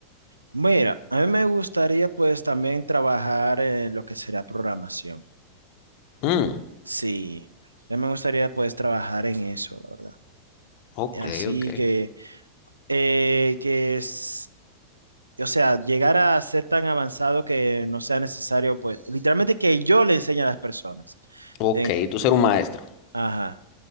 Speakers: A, on the right (about 80°); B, on the left (about 40°).
A: Mira, a mí me gustaría pues también trabajar en lo que será programación.
B: Mm.
A: Sí, a mí me gustaría pues trabajar en eso, la verdad.
B: Ok,
A: Así
B: ok.
A: que, eh, que es, o sea, llegar a ser tan avanzado que no sea necesario pues, literalmente que yo le enseñe a las personas
B: Ok,
A: en,
B: tú ser un maestro.
A: Ajá.